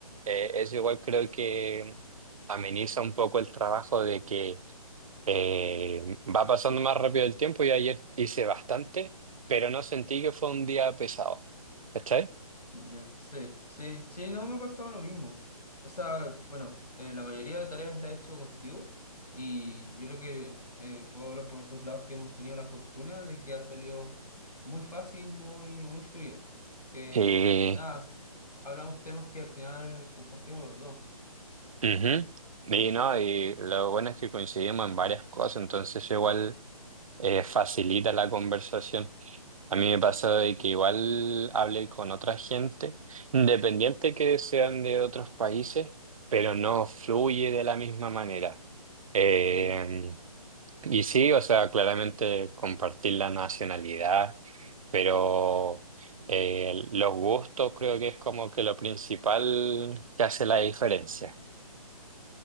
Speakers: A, on the right; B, on the left.
A: eh, eso igual creo que ameniza un poco el trabajo de que eh, va pasando más rápido el tiempo y ayer hice bastante, pero no sentí que fue un día pesado, ¿cachai?
B: Ya, Sí, sí, sí, no me ha pasado lo mismo. O sea, bueno, eh, la mayoría de tareas la he hecho contigo y yo creo que eh, puedo hablar por los dos lados que hemos tenido la fortuna de que ha salido muy fácil, muy, muy fluido. Que
A: Y,
B: nada, s- hablamos temas que al final compartimos los dos.
A: ujú. Y no, y lo bueno es que coincidimos en varias cosas, entonces eso igual eh, facilita la conversación. A mí me pasó de que
B: Mm.
A: igual hablé con otra gente, independiente que sean de otros países, pero no fluye de la misma manera. Eh,
B: Sí.
A: y sí, o sea, claramente compartir la nacionalidad, pero eh, los gustos creo que es como que lo principal que hace la diferencia.